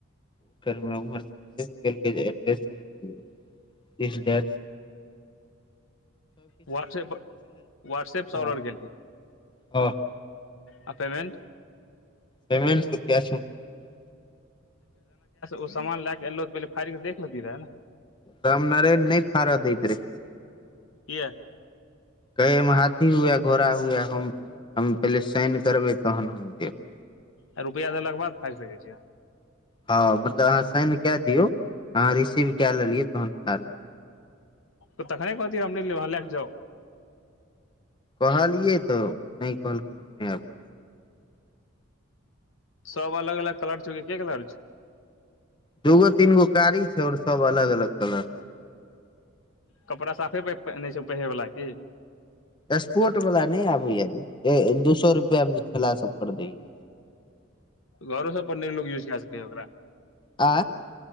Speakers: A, on the left; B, on the left.
A: <inaudible> दिस दैट
B: व्हाट्सऐप व्हाट्सऐपस
A: हँ
B: ऑर्डर केलही
A: हँ
B: आ पेमेन्ट
A: पेमेन्ट त कैश डिलेवरी
B: ओ सामान लएके एलौ तऽ पहिले फाड़िक के देख लेती रहै ने
A: राम नारायण नहि फारअ दैत रहए
B: किए
A: कहैमे हाथी हुए घोड़ा हुएै हम हम पहिले साइन करबै तहन हम देब
B: आ रुपआ देलाके बाद फाईड़ सकय छियै
A: हँ मतलब अहाँ साइन कए दियौ अहाँ रिसीव क लेलियैतहन फाड़ू
B: तऽ तखने कहतीही हम नै लेब अहाँ लए क जाउ
A: कहलियै तऽ नहि कहलकै हम
B: सब अलग अलग कलर छ कि एके कलर छ
A: दूगो तीनगो कारी छै और सब अलग अलग कलर
B: कपड़ा साफे प नहि छै पहिरे बला की
A: स्पोर्ट वला नहि आबै या दू सए रुपआ मे जे ठेला सब पर दैय या
B: घरो सब पर नै लोक जा सकै ह ओकरा
A: आ